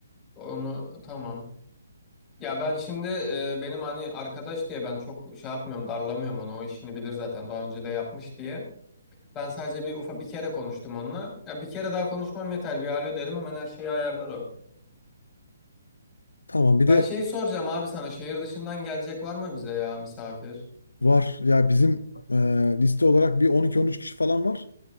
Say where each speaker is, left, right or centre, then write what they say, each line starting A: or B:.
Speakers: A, on the left; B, on the left.
A: Onu tamam. Ya ben şimdi e, benim hani arkadaş diye ben çok şey yapmıyorum darlamıyorum onu o işini bilir zaten daha önce de yapmış diye. Ben sadece bir ufa, bir kere konuştum onunla. Ya bir kere daha konuşmam yeter bir alo derim hemen her şeyi ayarlar o.
B: Tamam bir
A: Ben
B: de
A: şeyi soracağım abi sana şehir dışından gelecek var mı bize ya misafir?
B: Var. Ya bizim e, liste olarak bir on iki on üç kişi falan var.